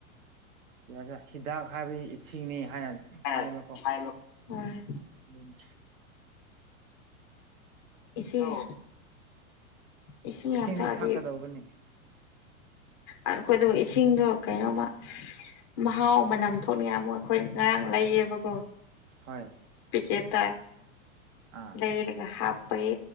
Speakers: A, on the right; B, on the left.
A: ꯌꯦ ꯁꯤꯤꯗꯥꯥ ꯍꯥꯏꯕꯤ ꯏꯁꯤꯡꯅꯤ ꯍꯥꯏꯅ
B: ꯍꯥꯏꯅ
A: ꯍꯥꯏꯕꯀꯣ
B: ꯍꯥꯏꯕ ꯍꯣꯏ
A: ꯑꯗꯨꯅ
B: ꯏꯁꯤꯡ ꯏꯁꯤꯡ
A: ꯏꯁꯤꯡꯗꯤ
B: ꯌꯥꯝ ꯊꯛꯑꯗꯤ
A: ꯊꯥꯛꯀꯗꯧꯒꯅꯤꯉ
B: ꯑꯩꯈꯣꯏꯗ ꯏꯁꯤꯡꯗꯣ ꯀꯩꯅꯣꯝꯃ ꯃꯍꯥꯎ ꯃꯅꯝ ꯊꯣꯛꯅꯤꯡꯉꯥꯏ ꯑꯃꯨꯛ ꯑꯩꯈꯣꯏ ꯉꯔꯥꯡ ꯂꯩꯌꯦꯕꯀꯣ
A: ꯍꯣꯏ
B: ꯆꯇ
A: ꯑꯥ
B: ꯂꯩꯔꯒ ꯍꯥꯞ ꯊꯄꯒꯤ